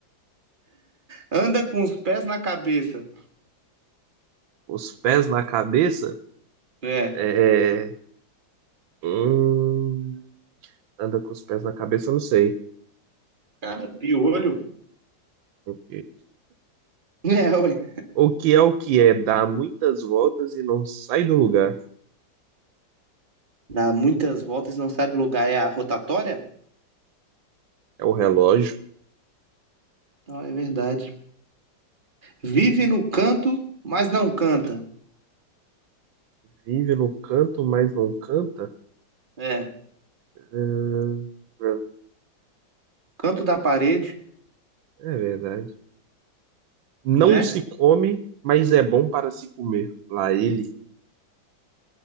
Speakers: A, on the right; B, on the right.
A: Anda com os pés na cabeça.
B: Os pés na cabeça?
A: É.
B: É. é, Hum... Anda com os pés na cabeça, eu não sei.
A: Cara, piolho.
B: Ok.
A: É, ué.
B: O que é o que é? Dá muitas voltas e não sai do lugar.
A: Dá muitas voltas e não sai do lugar. É a rotatória?
B: É o relógio.
A: Não, é verdade. Vive no canto, mas não canta.
B: Vive no canto, mas não canta?
A: É.
B: Ah, é
A: Canto da parede,
B: é verdade. Não
A: né?
B: se come, mas é bom para se comer. Lá ele.